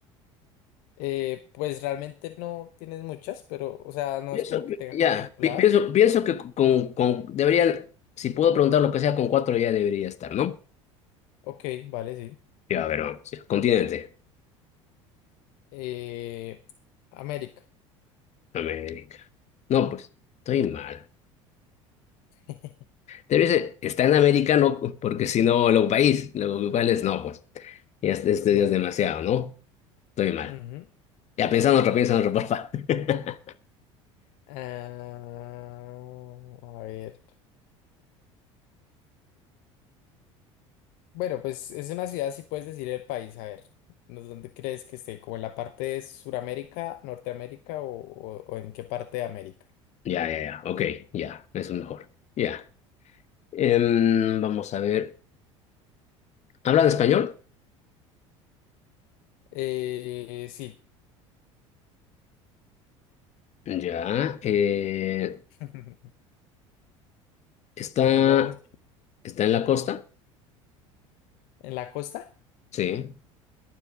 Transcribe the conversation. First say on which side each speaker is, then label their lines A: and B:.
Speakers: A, on the left; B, on the left.
A: Eh, pues realmente no tienes muchas, pero, o sea, no
B: Pienso,
A: es como
B: que-
A: que tenga
B: ya,
A: contempladas.
B: pi- pienso, pienso que con, con, deberían, si puedo preguntar lo que sea, con cuatro ya debería estar, ¿no?
A: Ok, vale, sí.
B: Ya, a ver, vamos, ya, continente,
A: Eh, América.
B: América. No, pues, estoy mal.
A: <laughs>
B: Debe ser, está en América, no, porque si no, lo país, lo cual es, no, pues, ya este, este
A: No,
B: ya es
A: no.
B: demasiado, ¿no? Estoy mal.
A: Ujú.
B: Ya, pensando otro, piensa en otro, porfa. <laughs>
A: Ah, a ver. Bueno, pues es una ciudad, si puedes decir el país, a ver, ¿no- ¿dónde crees que esté? ¿Como en la parte de Suramérica, Norteamérica o, o- o en qué parte de América?
B: Ya, ya, ya, ok, ya, eso es mejor. Ya, Em, vamos a ver, ¿hablan español?
A: Eh, sí,
B: Ya, eh,
A: <laughs>
B: está,
A: ahí vamos.
B: está en la costa.
A: ¿En la costa?
B: Sí,